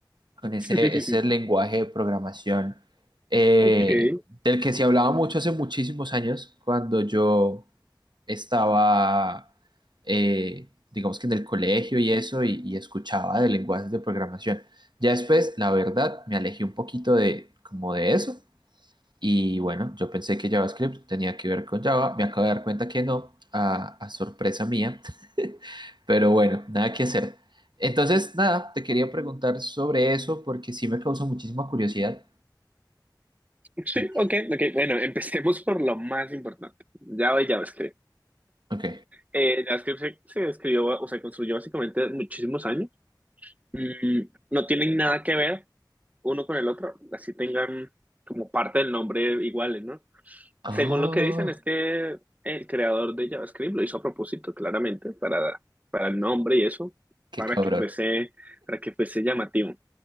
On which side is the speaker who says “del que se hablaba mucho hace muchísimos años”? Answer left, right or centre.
Right